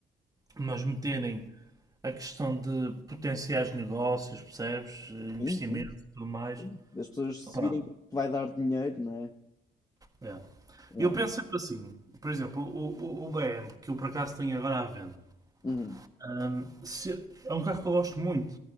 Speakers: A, on the right; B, on the left.
A: mas meterem a questão de potenciais negócios, percebes? Investimentos
B: Sim, sim, sim.
A: e tudo mais.
B: As pessoas se
A: Opa,
B: virem que vai dar dinheiro, não é?
A: é.
B: Yeah.
A: Eu penso sempre assim. Por exemplo, o, o, o BM, que eu por acaso tenho agora à venda,
B: Uhum.
A: Ahm, se- é um carro que eu gosto muito.